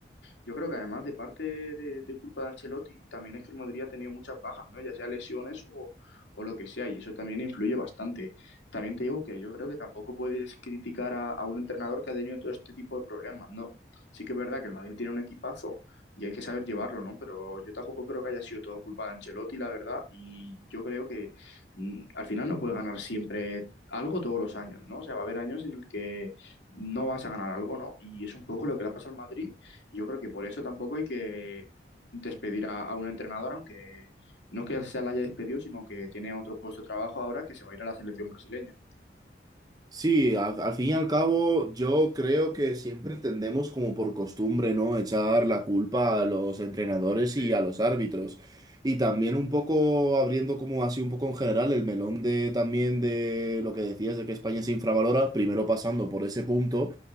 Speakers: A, on the left; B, on the right.
A: Yo creo que además de parte de, de culpa de Ancelotti, también es que el Madrid ha tenido muchas bajas, ¿no? Ya sea lesiones o, o lo que sea, y eso también influye bastante. También te digo que yo creo que tampoco puedes criticar a, a un entrenador que ha tenido todo este tipo de problemas, ¿no? Sí que es verdad que el Madrid tiene un equipazo y hay que saber llevarlo, ¿no? Pero yo tampoco creo que haya sido todo culpa de Ancelotti, la verdad, y yo creo que mm, al final no puedes ganar siempre algo todos los años, ¿no? O sea, va a haber años en el que no vas a ganar algo, ¿no? Y es un poco lo que le pasa al Madrid yo creo que por eso tampoco hay que despedir a, a un entrenador, aunque no es que se la haya despedido, sino que tiene otro puesto de trabajo ahora que se va a ir a la selección brasileña.
B: Sí, al, al fin y al cabo, yo creo que siempre tendemos como por costumbre, ¿no? Echar la culpa a los entrenadores
A: Sí,
B: y a los árbitros. Y también un poco abriendo como así un poco en general el melón de también de lo que decías de que España se infravalora, primero pasando por ese punto,